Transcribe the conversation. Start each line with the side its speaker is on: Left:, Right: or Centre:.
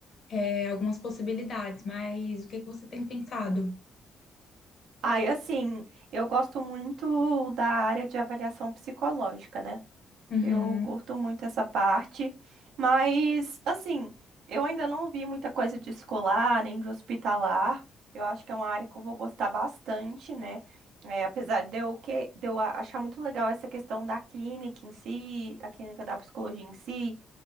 Left: é, algumas possibilidades, mas o que que você tem pensado?
Right: Aí, assim, eu gosto muito da área de avaliação psicológica, né?
Left: Uhum,
Right: Eu curto muito essa parte, mas assim, eu ainda não vi muita coisa de escolar, nem de hospitalar. Eu acho que é uma área que eu vou gostar bastante, né? É, apesar de eu, que, de eu a- achar muito legal essa questão da clínica em si, da clínica da psicologia em si,